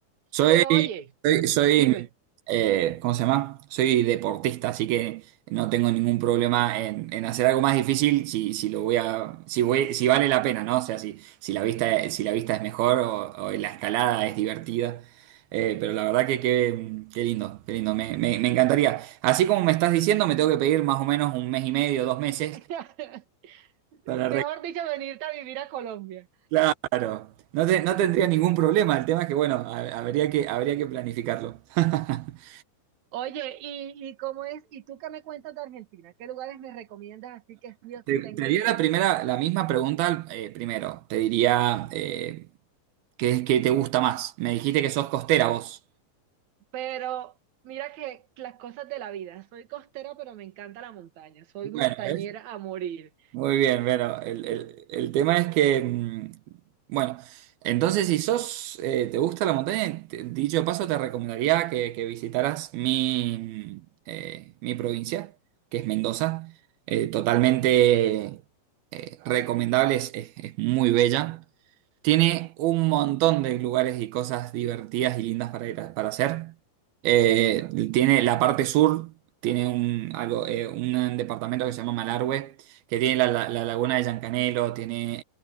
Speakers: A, on the right; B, on the right.
A: Soy,
B: Pero oye,
A: soy, soy,
B: dime,
A: eh, ¿cómo se llama? Soy deportista, así que no tengo ningún problema en, en hacer algo más difícil si, si lo voy a, si voy, si vale la pena, ¿no? O sea, si, si la vista, si la vista es mejor o, o la escalada es divertida. Eh, pero la verdad que qué, qué lindo, qué lindo, me, me, me encantaría. Así como me estás diciendo, me tengo que pedir más o menos un mes y medio, dos meses
B: <laughs>
A: para arreglar.
B: mejor dicho, venirte a vivir a Colombia.
A: Claro, no, te- no tendría ningún problema. El tema es que, bueno, ha- habría que, habría que planificarlo. <laughs>
B: Oye, ¿y, y cómo es? ¿Y tú qué me cuentas de Argentina? ¿Qué lugares me recomiendas así que sí o
A: Te,
B: sí tengo
A: te haría
B: que
A: la
B: ir?
A: primera, la misma pregunta eh, primero. Te diría eh, ¿qué, qué te gusta más? Me dijiste que sos costera vos.
B: Pero mira que las cosas de la vida. Soy costera, pero me encanta la montaña. Soy
A: Bueno,
B: montañera
A: ¿ves?
B: a morir.
A: Muy bien, bueno, el, el- el tema es que, mm, bueno, entonces si sos, eh, te gusta la montaña, te- dicho de paso te recomendaría que, que visitaras mi, mm, eh, mi provincia, que es Mendoza. Eh, totalmente eh, recomendable, es, es- es muy bella. Tiene un montón de lugares y cosas divertidas y lindas para ir a- para hacer. Eh, tiene la parte sur, tiene un, algo, eh, un departamento que se llama Malargüe, que tiene la, la- la laguna de Yancanelo, tiene